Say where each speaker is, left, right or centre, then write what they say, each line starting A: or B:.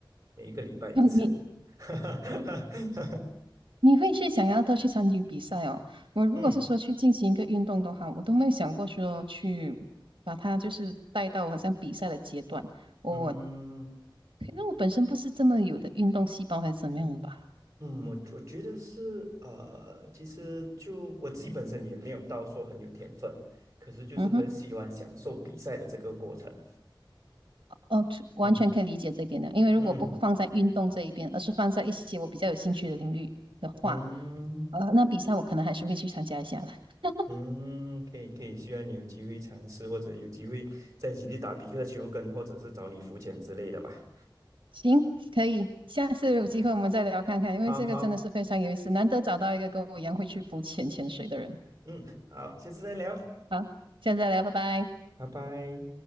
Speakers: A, on the right; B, on the right.
A: 每一个礼拜一次。
B: 嗯你
A: <laughs>
B: 你会是想要多去参与比赛哦？我如果是说去进行一个运动的话，
A: 嗯
B: 我都没有想过说去把它就是带到好像比赛的阶段。我
A: 嗯。
B: 那我本身不是这么有的运动细胞还是怎么样吧？
A: 嗯，我我觉得是呃，其实就我自己本身也没有到说很有天分，可是就是很喜欢享受比赛的这个过程。
B: 嗯哼。哦，这完全可以理解这一点的，
A: 嗯
B: 因为如果不放在运动这一边，
A: 嗯
B: 而是放在一些我比较有兴趣的领域的话，
A: 嗯
B: 呃，那比赛我可能还是会去参加一下的。<laughs>
A: 嗯，可以可以，希望你有机会尝试，或者有机会再一起去打比克球跟，或者是找你浮潜之类的吧。
B: 行，可以，下次有机会我们再聊看看，因为这个真的是非常有意思，
A: 好好，
B: 难得找到一个跟我一样会去浮潜潜水的人。
A: 嗯，好，下次再聊，
B: 好，下次再聊，拜拜。
A: 拜拜。